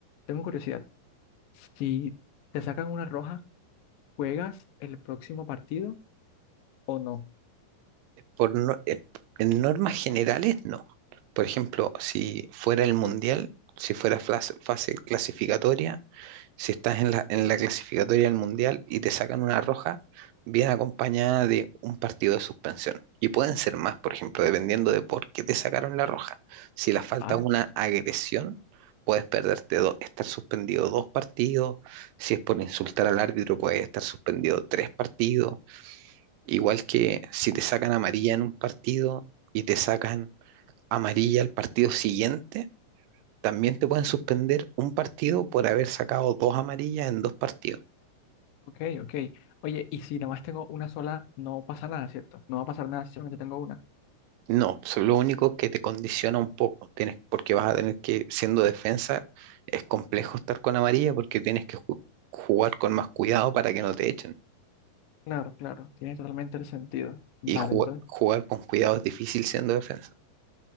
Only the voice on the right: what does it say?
Por no- eh, en normas generales, no. Por ejemplo, si fuera el mundial, si fuera flas- fase clasificatoria, Si estás en la, en la clasificatoria del Mundial y te sacan una roja, viene acompañada de un partido de suspensión. Y pueden ser más, por ejemplo, dependiendo de por qué te sacaron la roja. Si la falta
es una agresión, puedes perderte do- estar suspendido dos partidos. Si es por insultar al árbitro, puedes estar suspendido tres partidos. Igual que si te sacan amarilla en un partido y te sacan amarilla al partido siguiente, también te pueden suspender un partido por haber sacado dos amarillas en dos partidos.
No, so- lo único es que te condiciona un poco, tienes, porque vas a tener que, siendo defensa, es complejo estar con amarilla porque tienes que ju- jugar con más cuidado para que no te echen.
Y ju-
jugar con cuidado es difícil siendo defensa.